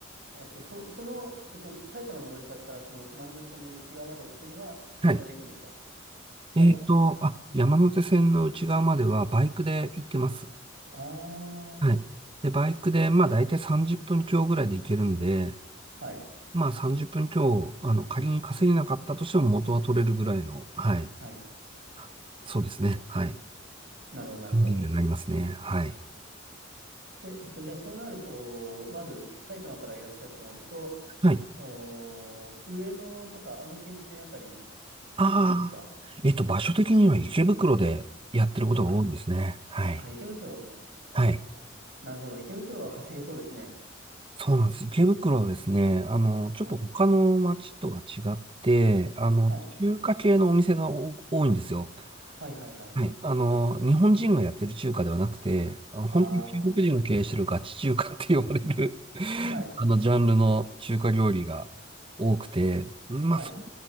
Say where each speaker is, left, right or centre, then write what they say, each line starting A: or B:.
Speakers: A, on the right (about 50°); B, on the right (about 25°).
A: えっと、そ、その、えっと、埼玉のご自宅からその丸の内線の内側までっていうのは電車で行くんですか
B: はい。えっと、
A: はい。
B: あ、山手線の内側まではバイクで行ってます。
A: ああ、
B: はい。で、バイクで、まあ大体30分強ぐらいで行けるんで、
A: はい。
B: まあ30分強、あの、仮に稼げなかったとしても元は取れるぐらいの、はい。
A: はい。
B: あそうですね。はい。
A: なるほど、なるほど。
B: リールになりますね。はい。
A: で、えっと、じゃあそうなると、まず埼玉からいらっしゃるとなると、
B: はい。
A: おー、上野とかあの近辺あたりに
B: ああ。
A: なりますか
B: えっと、場所的には池袋でやってることが多いですね。
A: あ、
B: はい。
A: あ、池袋、
B: はい。
A: あなるほど。池袋は稼げそうですね。
B: そうなんです。池袋はですね、あの、ちょっと他の街とは違って、
A: はい。
B: あの、
A: はい。
B: 中華系のお店が多多いんですよ。
A: はいはいはい。
B: はい。あの、日本人がやってる中華ではなくて、あ本当に中国人が経営してるガチ中華って呼ばれる
A: あ
B: <laughs>
A: あ、はい。
B: あの、ジャンルの中華料理が多くて、まあ、
A: はい。
B: それっ